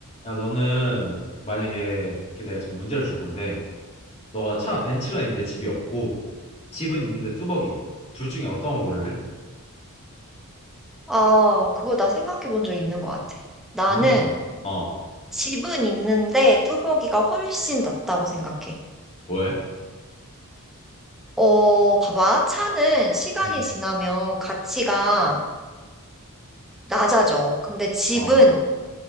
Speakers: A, on the left (about 30°); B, in the centre.
A: 야, 너는 만약에 그 내가 지금 문제를 줄 건데, 너가 차 벤츠가 있는데 집이 없고, 집은 있는데 뚜벅이. 둘 중에 어떤 거 고를래?
B: 아, 그거 나 생각해 본 적 있는 것 같아. 나는
A: 음, 어,
B: 집은 있는데 뚜벅이가 훨씬 낫다고 생각해.
A: 왜?
B: 어, 봐봐. 차는 시간이
A: 음,
B: 지나면 가치가 낮아져. 근데 집은
A: 어,